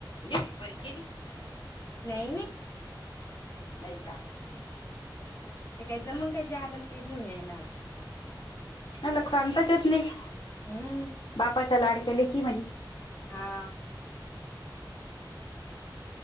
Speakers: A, on the left (about 85°); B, on the left (about 35°).
A: गेली का परी गेली?
B: नाही नाही.
A: नाही का?
B: ते काही जमन काय जारण ते घेऊन यायला?
A: लक्ष आणताच येत नाही,
B: हम्म
A: बापाच्या लाडक्या लेकी म्हणे
B: हा